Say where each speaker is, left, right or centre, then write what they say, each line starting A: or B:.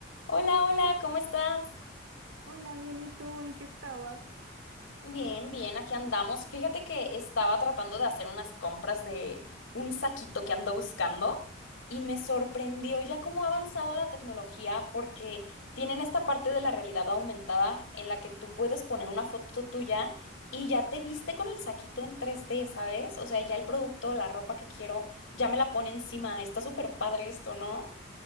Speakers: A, on the left; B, on the right.
A: Hola, hola, ¿cómo estás?
B: Hola, bien, ¿y tú en qué estabas?
A: Bien, bien, aquí andamos. Fíjate que estaba tratando de hacer unas compras de un saquito que ando buscando y me sorprendió ya cómo ha avanzado la tecnología porque tienen esta parte de la realidad aumentada en la que tú puedes poner una foto tuya y ya te viste con el saquito en 3D, ¿sabes? O sea, ya el producto, la ropa que quiero, ya me la pone encima. Está súper padre esto, ¿no?